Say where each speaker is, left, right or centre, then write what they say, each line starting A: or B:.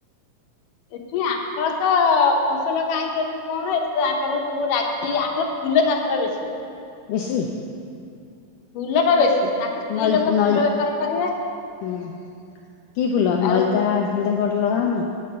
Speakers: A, on the left; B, on the left.
A: କି ଆଙ୍କର ତ ଫସଲ କାହିଁକି ଏଠି କଣ ଏଠି ତ ଆଙ୍କର ସବୁ ରାଗି ଆଙ୍କର ଫୁଲ ଚାଷ ଘରେ ବେଶୀ।
B: ବେଶୀ?
A: ଫୁଲ ଟା ବେଶୀ ତାଙ୍କ ସ୍ତ୍ରୀ
B: ନଳି
A: ଲୋକ
B: ନଳି
A: ଫୁଲ ବେପାର କରିବେ।
B: ହୁଁ କି ଫୁଲ ନଳିତା
A: ଆଉ
B: ଫୁଲଟା କୋଉଠି ଲଗା ହୋଉନି?